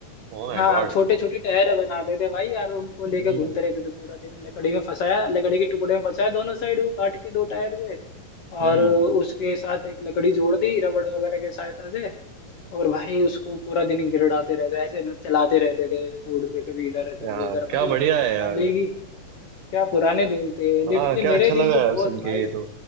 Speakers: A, on the right; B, on the left.
A: Oh my
B: हाँ
A: god
B: छोटे छोटे टायर बनाते थे भाई यार उनको लेके
A: हम्म
B: घूमते रहते थे पूरा दिन लकड़ी में फंसाया लकड़ी के टुकड़े में फंसाया दोनों साइड वो काट के दो टायर हुए
A: हम्म
B: और उसके साथ एक लकड़ी जोड़ दी रबड़ वगैरह की सहायता से और भाई उसको पूरा दिन गिरडाते रहते ऐसे चलाते रहते थे रोड पे कभी इधर कभी
A: यार
B: उधर
A: क्या
B: भाई
A: बढ़िया है यार
B: वाले क्या पुराने दिन थे लिटरली
A: हाँ क्या
B: मेरे
A: अच्छा
B: दिन
A: लगा
B: तो
A: यार
B: बहुत
A: सुन के
B: भाई
A: ये तो